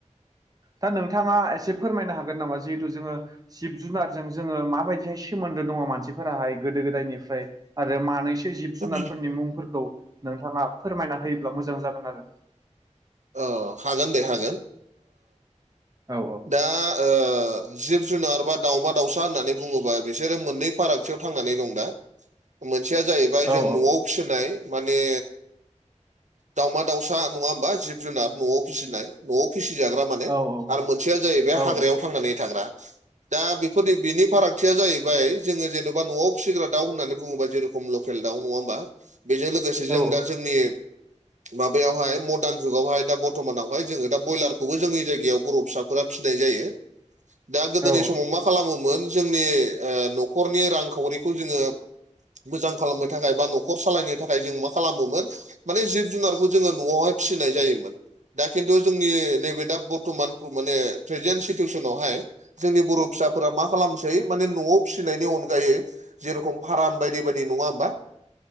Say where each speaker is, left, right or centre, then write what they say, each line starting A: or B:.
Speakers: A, on the right; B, on the right.
A: दा नोंथाङा एसे फोरमायनो हागोन नामा जिहेतथु जोङो जिब जुनारजों जोङो माबायदिहाय सोमोन्दो दङ मानसिफोराहाय गोदो गोदायनिफ्राय आरो मानैसो जिब
B: उम
A: जुनारफोरनि मुंफोरखौ नोंथाङा फोरमायना होयोब्ला मोजां जागोन आरो
B: ओ हागोन दे हागोन
A: औ
B: दा ओ जिब जुनार बा दाावमा दाउसा होननानै बुङोबा बिसोरो मोननै फारागथियाव थांनानै दं दा मोनसेया जाहैबाय जों
A: औ
B: न'आव फिसिनाय माने दावमा दाउसा नङा होमबा जिब जुनार न'आव फिसिनाय न'आविसिजाग्रा
A: औ औ
B: जाहैबाय
A: औ
B: हाग्रायाव थांनानै थाग्रा दा बेफोरनि बिनि फारागथिया जाहैबाय जोङो जेन'बा न'आव फिसिग्रा दाउ होननानै बुङोबा जेर खम लकेल दाउ नङा होमा बेजों लोगोसे
A: औ
B: जों दा जोंनि माबायावहाय मडार्न जुगावहाय दा बर्तमानावहाय जोङो दा ब्रयलारखौबो जोंनि जायगायाव बर' फिसाब फोरा फिसिनाय जायो दा गोदोनि
A: औ
B: समाव मा खालामोमोन? जोंनि ओ न'खरनि रांखावरिखौ जोङो मोजां खालामनो थाखाय बा न'खर सालायनो थाखाय जों मा खालामोमोन? माने जिब जुनारखौ जोङो न'आवहाय फिसिनाय जायोमोन। दा खिन्थु जोंनि नैबे दा बर्थमान माने प्रेजेन्ट सिटुवेसनावहाय जोंनि बर' फिसाफोरा मा खालामसै माने न'आव फिसिनायनि अनगायै जे रखम फाराम बायदि बायदि नङा होमबा?